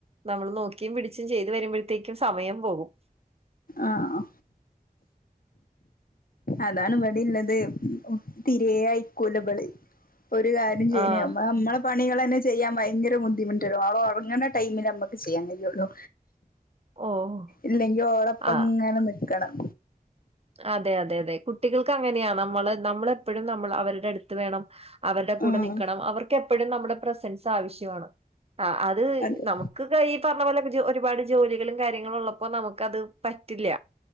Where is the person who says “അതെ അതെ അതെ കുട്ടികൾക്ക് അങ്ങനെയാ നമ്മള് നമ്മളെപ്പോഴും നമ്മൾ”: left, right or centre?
Right